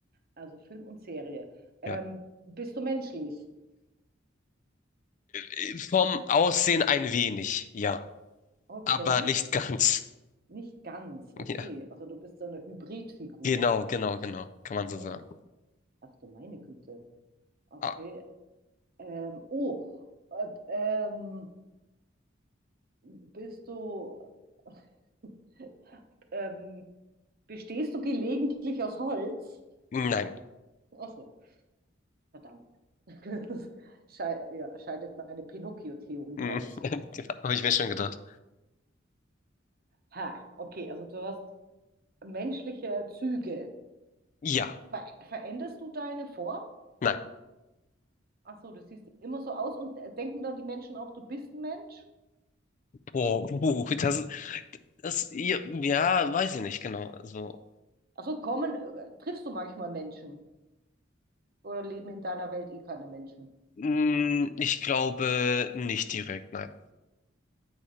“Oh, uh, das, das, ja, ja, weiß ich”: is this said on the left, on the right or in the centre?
Left